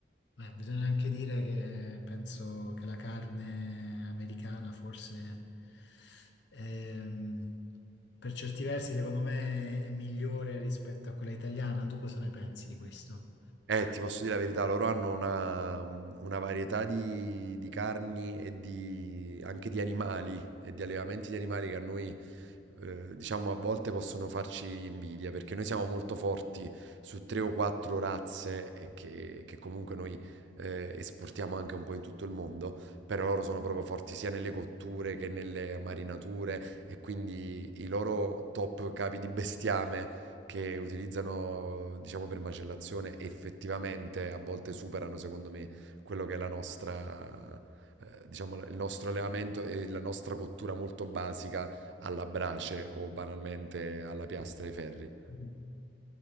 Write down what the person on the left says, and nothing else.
Beh, bisogna anche dire che penso che la carne americana forse ehm, per certi versi secondo me è migliore rispetto a quella italiana. Tu cosa ne pensi di questo?
Mm.